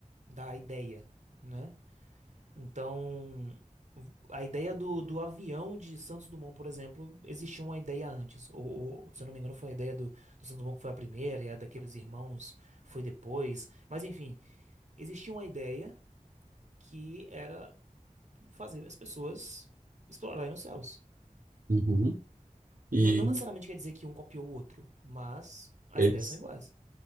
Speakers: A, on the right (about 55°); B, on the right (about 85°).
A: da ideia, né? Então, a ideia do, do avião de Santos Dumont, por exemplo, existia uma ideia antes. Ou, ou, se eu não me engano, foi a ideia do, do Santos Dumont que foi a primeira, e a daqueles irmãos foi depois. Mas, enfim, existia uma ideia que era fazer as pessoas explorarem os céus.
B: Uhum. E
A: N- não necessariamente quer dizer que um copiou o outro, mas as
B: eles
A: ideias são iguais.